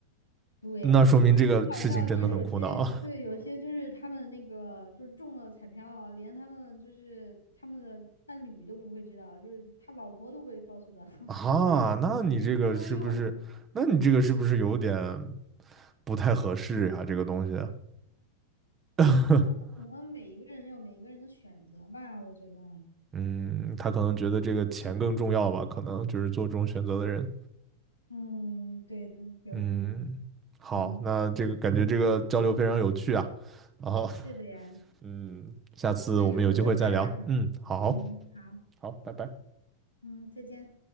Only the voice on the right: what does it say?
那说明这个事情真的很苦恼
<laughs>
啊。那你这个是不是？
那你这个是不是有点不太合适呀、这个东西，
<laughs>
嗯，他可能觉得这个钱更重要吧，可能就是做这种选择的人。
嗯，好，
那这个感觉这个交流非常有趣啊。<laughs> 然后，
嗯，下次我们有机会再聊。
嗯，好，
好，拜拜。